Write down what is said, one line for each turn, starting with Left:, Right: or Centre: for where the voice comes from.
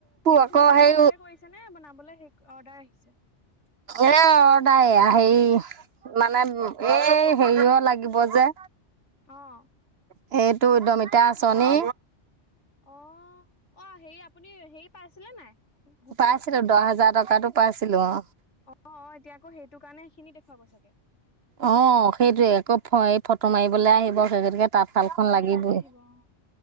Left: এইবোৰ
Right: আকৌ
Left: নিজেই
Right: সেই
Left: ঘৰতে কৰিছে নে বনাবলৈ সেই অৰ্ডাৰ আহিছে?
Right: এ অ ডাইয়া হেৰি মানে এই হেৰিও লাগিব যে।
Left: আহ।
Right: সেইটো উদ্যমীতা আঁচনি
Left: অ', অ হে আপুনি হেৰি পাইছিলে নাই? গোটৰ
Right: পাইছিলো দহ হেজাৰ টকাতো পাইছিলো অ।
Left: অ অ এতিয়া আকৌ সেইটো কাৰণে সেইখিনি দেখুৱাব চাগে
Right: অ, সেইটয়ে আকৌ এই ফটো মাৰিবলৈ আহিব সেই গতিকে তাঁতশালখন
Left: ফটো
Right: লাগিবই।
Left: মাৰিবলৈ আহিব অ